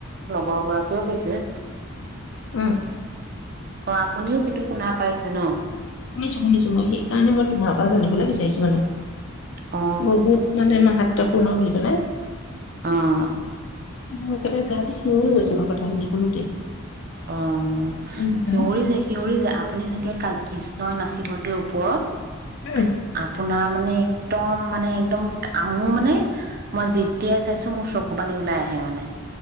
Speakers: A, on the right; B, on the left.
A: বৰ গৰাকীয়েও কৈছে
B: উম।
A: অহ আপুনিও সিটো শুনা পাইছে ন?
B: শুনিছোঁ, শুনিছোঁ। মই সেইকাৰণে মই তোমাৰ পৰা জানিবলৈ বিচাৰিছোঁ মানে।
A: অ
B: বহুত মানে মাহাত ত্বপূৰ্ণ বুলি ক'লে।
A: অহ।
B: মই একেবাৰে গাটো শিয়ৰি গৈছো মই কথাখিনি শুনোতেই।
A: অহ,
B: গম পাইছানে
A: শিউৰি যায়, শিউৰি যায়। আপুনি যেতিয়া কাট কৃষ্ণই নাচিব যে ওপৰত।
B: উম
A: আপোনাৰ মানে একদম মানে একদম আমো মানে মই যেতিয়াই চাইছো মোৰ চকু পানী ওলাই আহে মানে।